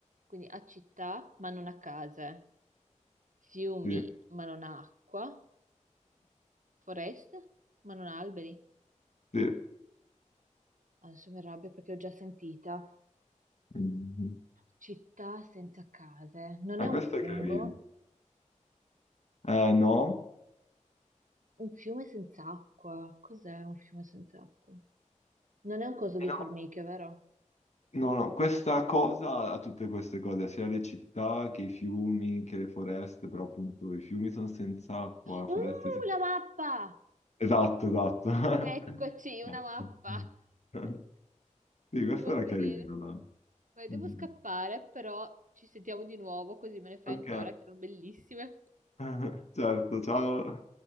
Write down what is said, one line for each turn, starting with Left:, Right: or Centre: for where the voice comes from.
Right: Quindi a città, ma non a case. Fiumi,
Left: Sì,
Right: ma non a acqua. Foreste, ma non ha alberi.
Left: sì.
Right: Adesso mi arrabbio perché l'ho già sentita.
Left: Mhm.
Right: Città senza case. Non
Left: Ah,
Right: è un
Left: questo
Right: fungo?
Left: è carino. Eh, no.
Right: Un fiume senza acqua. Cos'è un fiume senza acqua? Non è un coso di
Left: Eh, no,
Right: formiche, vero?
Left: no, no, questa cosa ha tutte queste cose, sia le città che i fiumi, che le foreste, però appunto i fiumi sono senza acqua,
Right: Uh,
Left: foreste senza...
Right: la mappa!
Left: Esatto, esatto. <laughs>
Right: Eccoci, una
Left: Esatto,
Right: mappa.
Left: Sì, <laughs>
Right: Ecco.
Left: Sì, questo
Right: Va
Left: era
Right: bene.
Left: carino, dai.
Right: Poi devo
Left: Mm.
Right: scappare, però ci sentiamo di nuovo così me ne fai
Left: Ok,
Right: ancora, che erano bellissime.
Left: <laughs> certo, ciao.